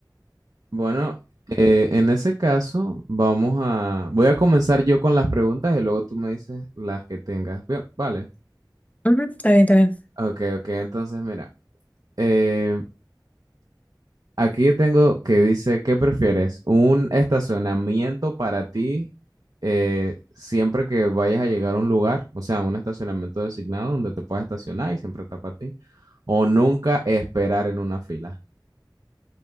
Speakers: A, on the right; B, on the left.
A: Bueno, eh, en ese caso, vamos a... Voy a comenzar yo con las preguntas y luego tú me dices las que tengas. Bien, vale.
B: Ujú, Está bien, está bien.
A: Ok, ok, entonces mira. eh, Aquí tengo que dice, ¿qué prefieres? ¿Un estacionamiento para ti eh, siempre que vayas a llegar a un lugar? O sea, un estacionamiento designado donde te puedas estacionar y siempre está para ti. ¿O nunca esperar en una fila?